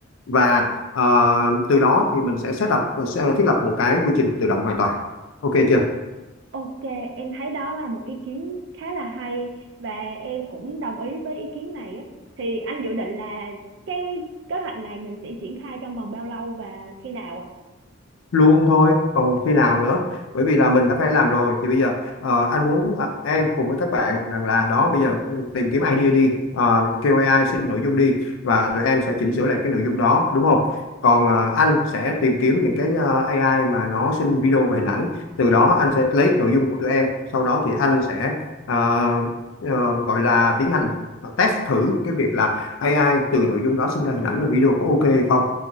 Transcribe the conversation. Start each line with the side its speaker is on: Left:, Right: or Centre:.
Left: và ờ, từ đó thì mình sẽ set up ờ, sẽ thiết lập một cái quy trình tự động hoàn toàn ok chưa
Right: ok em thấy đó là một ý kiến khá là hay và em cũng đồng ý với ý kiến này á thì anh dự định là cái kế hoạch này mình sẽ triển khai trong vòng bao lâu và khi nào ạ
Left: luôn thôi còn khi nào nữa bởi vì là mình đã phải làm rồi thì bây giờ ờ, anh muốn ờ, em cùng với các bạn rằng là đó bây giờ ừ, tìm kiếm idea đi Ờ, kêu AI xin nội dung đi và tụi em sẽ chỉnh sửa lại cái nội dung đó đúng không còn ờ, anh sẽ tìm kiếm những cái ờ, AI mà nó xin video và hình ảnh từ đó anh sẽ lấy nội dung của tụi em sau đó thì anh sẽ ờ, ờ, gọi là tiến hành ờ, test thử cái việc là AI từ nội dung đó sinh ra hình ảnh và video có ok hay không